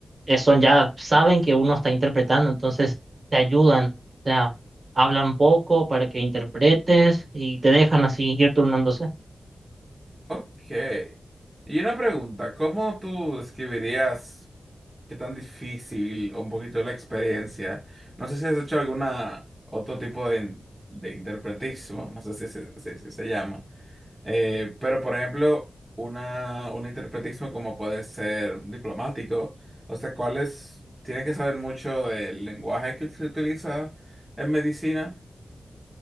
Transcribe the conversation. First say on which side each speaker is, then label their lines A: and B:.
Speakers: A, on the right; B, on the right.
A: eh, son ya, saben que uno está interpretando, entonces te ayudan, o sea, hablan poco para que interpretes y te dejan así ir turnándose.
B: Ok. Y una pregunta, ¿cómo tú describirías qué tan difícil o un poquito la experiencia? No sé si has hecho alguna otro tipo de, de interpretismo, no sé si se, si- si se llama, Eh, pero por ejemplo, una, un interpretismo como puede ser un diplomático, o sea, ¿cuáles? Tiene que saber mucho del lenguaje que se utiliza en medicina.